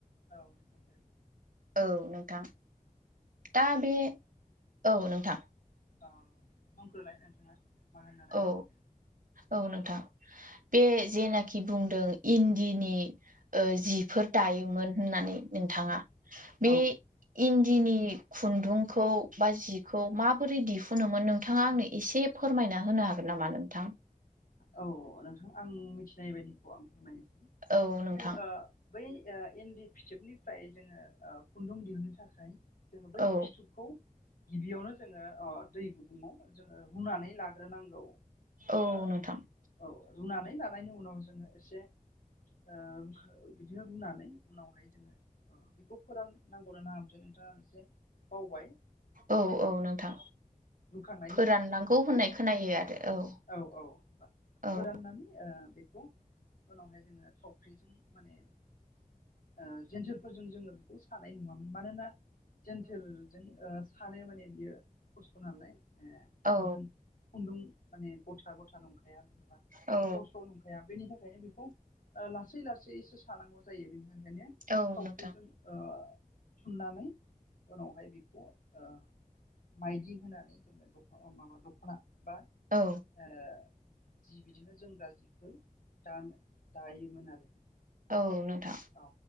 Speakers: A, on the left; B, on the right.
A: औे
B: औ नोंथां दा बे औ नोंथां
A: <unintelligible> होननो नागिरदोंमोन?
B: औ औ नोंथां बे जेनाखि बुंदों इन्दिनि ओ जिफोर दायोमोन होननानै नोंथाङा बे
A: औ
B: इन्दिनि खुन्दुंखौ बा जिखौ माबोरै दिहुनोमोन नोंथाङा आंनो एसे फोरमायना होनो हागोन नामा नोंथां?
A: औ नोंथां आं मिथिनाय बायदिखौ आं फोरमायनो
B: औ नोंथां
A: ओ बै ओ इन्दि फिथोबनिफ्राय जोङो ओ खुन्दुं दिहुननो थाखाय जोङो बै
B: औ
A: फिथोबखौ गिबियावनो जोङो दै गुदुंङाव जोङो रुनानै लाग्रोनांगौ।
B: औ
A: ओ
B: नोंथां।
A: औ रुनानै लानायनि उनाव जोङो एसे ओ बिदिनो रुनानै उनावहाय जोङो अ' बेखौ फोराननांगौ नाङा ओमफ्राय दा एसे बावबाय।
B: औ औ नोंथां
A: रुखांनायनि
B: फोराननांगौ
A: उनाव जोङो बेखौ
B: होननाय खोनायो आरो औ।
A: औ औ <unintelligible>
B: औ
A: फोराननानै ओ बेखौ उनावहाय जोङो थावफख्रिजों माने ओ जेन्थेरफोरजों जोङो बेखौ सानाय नुवामोन मानोना जेन्थेरजों ओ सानो माने बियो खस्थ' नालाय ओ
B: औ।
A: थोंजों खुन्दुं माने ग'था ग'था नंखाया जेनेबा स्र'
B: औ
A: स्र' नंखाया बेनि थाखाय <unintelligible> बेखौ लासै -लासैसो सानांगौ जायो बेनिनो माने
B: औ
A: थावख्रिजों
B: नोंथां
A: ओ थुननानै उनावहाय बेखौ ओ मायदि होनानै जोङो दख' माबा दख'ना बा
B: औ।
A: ओ जि बिदिनो जोमग्रा जिखौ दा -दायोमोन आरो।
B: औ नोंथां।
A: औ